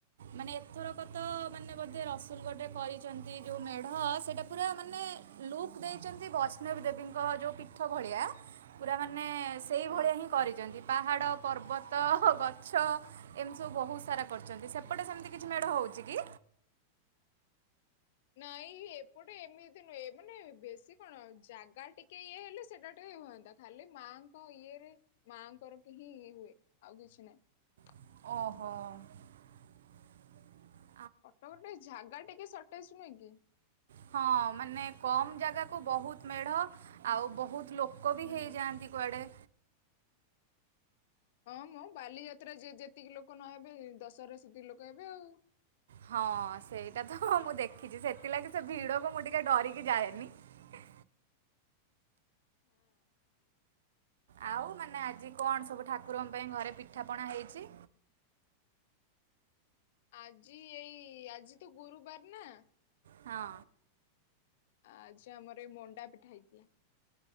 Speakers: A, on the right; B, on the left.
A: ମାନେ ଏଥରକ ତ ମାନେ ବୋଧେ ରସୁଲଗଡ଼ରେ କରିଛନ୍ତି ଯୋଉ ମେଢ ସେଟା ପୁରା ମାନେ ଲୁକ୍ ଦେଇଛନ୍ତି ବୈଷ୍ଣବ ଦେବୀଙ୍କ ଯୋଉ ପୀଠ ଭଳିଆ ପୁରା ମାନେ ମାନେ ସେଇଭଳିଆ
B: ହଁ।
A: ହିଁ କରିଛନ୍ତି। ପାହାଡ଼ ପର୍ବତ୍ ତ ଗଛ ଏମିତି ସବୁ ବହୁତ ସାରା କରିଛନ୍ତି ସେପଟେ ସେମିତି କିଛି ମେଢ ହଉଛି କି?
B: ନାଇଁ ଏପଟେ ଏମିତି ନୁହେଁ ମାନେ ବେଶୀ କଣ ଜାଗା ଟିକେ ଇଏ ହେଲେ ସେଟା ଟିକେ ହୁଅନ୍ତା ଖାଲି ମାଆଙ୍କ ଇଏରେ ମାଆଙ୍କର ହିିଁ ଇଏ ହୁଏ ଆଉ କିଛି ନାହିଁ।
A: ଓହୋଃ।
B: କଟକ ଟିକେ ଝାଗା ଟିକେ ସଟେଜ୍ ନୁହେଁ କି?
A: ହଁ ମାନେ କମ୍ ଜାଗାକୁ ବହୁତ୍ ମେଢ଼ ଆଉ ବହୁତ୍ ଲୋକ ବି
B: ହୁଁ
A: ହେଇଯାଆନ୍ତି କୁଆଡେ।
B: ହଁ ମ ବାଲିଯାତ୍ରା ଯେ ଯେତିକି ଲୋକ ନହେବେ ଦଶହରାରେ ସେତିକି ଲୋକ ହେବେ ଆଉ।
A: ହଁ ସେଇଟା ତଁ ମୁଁ ଦେଖ୍ ଖିଛି ସେଥିଲାଗି ସେ ଭିଡକୁ ମୁଁ ଟିକେ ଡରିକି ଯାଏନି ଇଁ
B: ହଁ
A: ଆଉ ମାନେ ଆଜି କଣ ସବୁ ଠାକୁରଙ୍କ ପାଇଁ ଘରେ ପିଠା ପଣା ହେଇଛି?
B: ଆଜି ଏଇ ଆଜି ତ ଗୁରୁବାର ନାଁ
A: ହଁ।
B: ଆଜି ଆମର ଏଇ ମଣ୍ଡା ପିଠା ହେଇଥିଲା।